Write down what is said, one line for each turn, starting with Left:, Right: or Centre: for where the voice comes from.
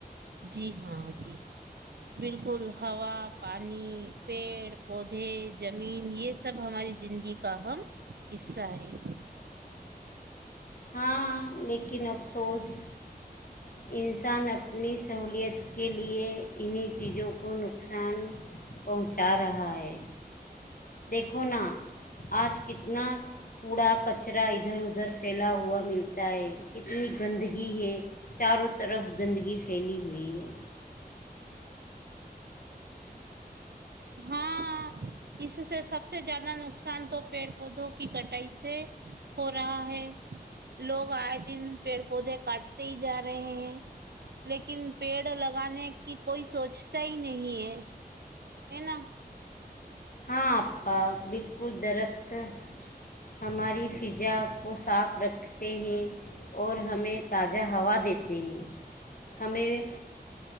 Right: جی ہاں جی ہاں بالکل ہوا پانی پیڑ پودے زمین یہ سب ہماری زندگی کا اہم حصہ ہے
Left: ہاں لیکن افسوس انسان اپنی سہولیت کے لیے انہیں چیزوں کو نقصان پہنچا رہا ہے دیکھو نا آج کتنا کوڑا کچرا ادھر ادھر پھیلا ہوا ملتا ہے اتنی گندگی ہے چاروں طرف گندگی پھیلی ہوئی ہے
Right: ہاں اس سے سب سے زیادہ نقصان تو پیڑ پودوں کی کٹائی سے ہو رہا ہے لوگ آئے دن پیڑ پودے کاٹتے ہی جا رہے ہیں لیکن پیڑ لگانے کی کوئی سوچتا ہی نہیں ہے ہےنا
Left: ہاں آپا بالکل درخت ہماری فضا کو صاف رکھتے ہیں اور ہمیں تازہ ہوا دیتے ہیں ہمیں